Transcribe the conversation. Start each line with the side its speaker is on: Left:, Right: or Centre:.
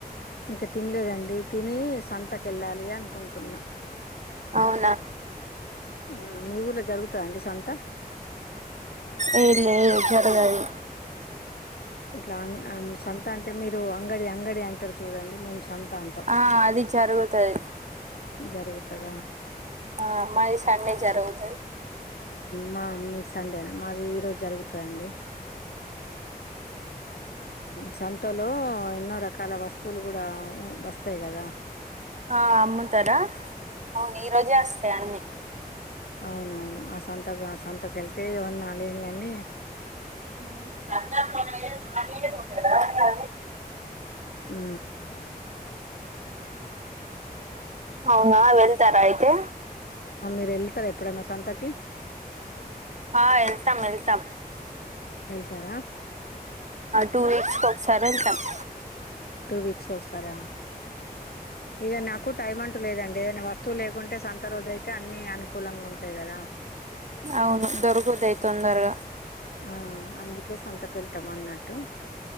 Left: ఇంకా తినలేదండి తిని సంతక వెళ్ళాలి అనుకుంటున్నా
Right: అవునా
Left: ఆ మీ ఊలో జరుగుతా అండి సంత
Right: ఏ లే చరగాయి
Left: ఇట్లా అ సంత అంటే మీరు అంగడి అంగడి అంటారు చూడండి మేం సంత అంటాం
Right: ఆ అది జరుగుతుది
Left: జరుగుతారా
Right: ఆ అ మారి సం జరువుతుంది
Left: మా మీకు సండేనే మాది ఈరోజు జరుగుతాయండి సంతలో ఎన్నో రకాల వస్తువులు కూడా వస్తాయి కదా
Right: ఆ అమ్ముతారా అవును ఈ రోజే వస్తాయి అన్ని
Left: అవునవును ఆ సంతకు ఆ సంతకు వెళ్తే ఏమన్నా లేని అని
Right: <inaudible> <inaudible>
Left: మ్
Right: అవునా వెళ్తారా అయితే
Left: ఆ మీరు వెళతారా ఎప్పుడైన్నా సంతకి
Right: ఆ వెళ్తాం వెళ్తాం
Left: వెళ్తారా
Right: టూక్స్ <unintelligible>
Left: టూ వీక్స్ ఒకసారా, ఇక నాకు టైం అంటూ లేదండి ఏదైనా వస్తువు లేకుంటే సొంత రోజ అయితే అన్నీ అనుకూలంగా ఉంటాయి కదా
Right: అవును దొరుకుతయి తొందరగా
Left: ఆ అందుకే సంతకు వెళ్తాం అన్నట్టు